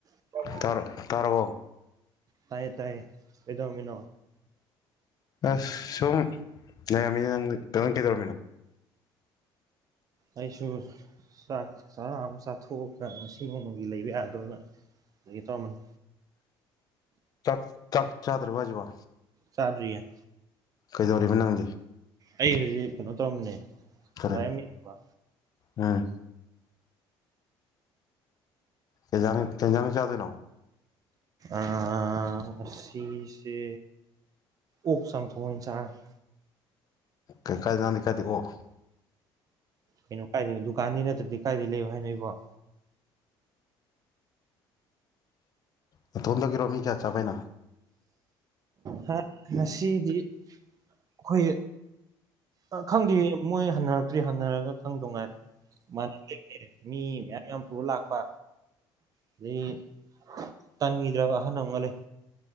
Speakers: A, on the right; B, on the left.
A: <unintelligible>
B: ꯇꯥꯔꯥ ꯇꯥꯔꯕꯣ
A: ꯇꯥꯏꯌꯦ ꯇꯥꯏꯌꯦ ꯀꯩꯗꯧꯔꯝꯃꯤꯅꯣ
B: ꯑꯁ ꯁꯨꯝ ꯂꯩꯔꯝꯃꯤꯅꯦ ꯅꯪꯗꯤ <unintelligible> ꯀꯩꯗꯧꯔꯝꯃꯤꯅꯣ
A: ꯑꯩꯁꯨ ꯆꯥꯛ ꯆꯥꯔꯥ ꯑꯃ ꯆꯥꯊꯣꯛꯑꯥꯒ ꯉꯁꯤ ꯅꯣꯡꯃꯒꯤ ꯂꯩꯕ ꯌꯥꯗꯧꯅ ꯂꯩꯒꯦ ꯇꯧꯔꯝꯕꯅꯦ
B: ꯆꯥꯛ ꯆꯥꯛ ꯆꯥꯗ꯭ꯔꯤꯕꯣ ꯍꯥꯏꯖꯤꯕꯣ
A: ꯆꯥꯗ꯭ꯔꯤꯌꯦ
B: ꯀꯩꯗꯧꯔꯤꯕ ꯅꯪꯗꯤ
A: ꯑꯩ ꯍꯧꯖꯤꯛ ꯀꯩꯅꯣ ꯇꯧꯔꯝꯕꯅꯦ
B: ꯀꯔꯤ
A: ꯂꯥꯏꯔꯤꯛ ꯑꯃ ꯌꯦꯡꯕ
B: ꯑꯥ ꯀꯩꯖꯥꯡ ꯀꯩꯖꯥꯡ ꯆꯥꯗꯣꯏꯅꯣ
A: ꯑꯥ ꯉꯁꯤꯁꯦ ꯑꯣꯛ ꯆꯝꯊꯣꯡ ꯑꯣꯏꯅ ꯆꯥꯔꯒꯦ
B: ꯀꯩ ꯀꯥꯏꯗ ꯅꯪꯗꯤ ꯀꯥꯏꯗꯩꯩ ꯑꯣꯛ
A: ꯀꯩꯅꯣ ꯀꯥꯏꯗꯅꯣ ꯗꯨꯀꯥꯟꯗꯩꯩ ꯅꯠꯇ꯭ꯔꯗꯤ ꯀꯥꯏꯗꯩꯩ ꯂꯩꯌꯣ ꯍꯥꯏꯅꯣ ꯑꯩꯕꯣ
B: ꯅꯇꯣꯝꯗꯒꯤꯔꯣ ꯃꯤ ꯀꯌꯥ ꯆꯥꯕꯩꯅꯣ
A: ꯍꯥ ꯉꯁꯤꯗꯤ ꯑꯩꯈꯣꯏ ꯑꯥ ꯈꯪꯗꯦ ꯃꯣꯏ ꯍꯟꯅꯔꯛꯇ꯭ꯔꯤ ꯍꯟꯅꯔꯒ ꯈꯪꯗꯣ ꯉꯥꯏꯔꯦ <unintelligible> ꯃꯤ ꯃꯌꯥꯝ ꯚꯌꯥꯝ ꯄꯨꯔ ꯂꯥꯛꯄ ꯑꯗꯩ ꯇꯟꯒꯤꯗ꯭ꯔꯕ ꯑꯍꯟ ꯑꯃꯒ ꯂꯩ